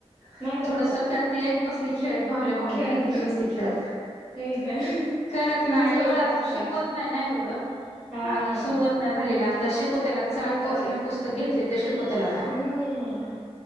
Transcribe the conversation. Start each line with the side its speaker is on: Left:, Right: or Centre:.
Right: नाही करत
Left: थोडस
Right: का
Left: करते एक बसली खेळत भावल्या भाल्या
Right: खेळ
Left: घेन बसती खेळत
Right: नाही का
Left: करत
Right: तुम्हीच
Left: नाही
Right: ओरडत
Left: एवढं अजून
Right: असता
Left: शिकवत नाही ना एवढं
Right: हा
Left: अजून सुरुवात नाही झालेला आता शिकव त्याला आता सगळे
Right: आत्ताशी
Left: पोरान पुस्तक घेतले तर शिकव त्याला आता
Right: हम्म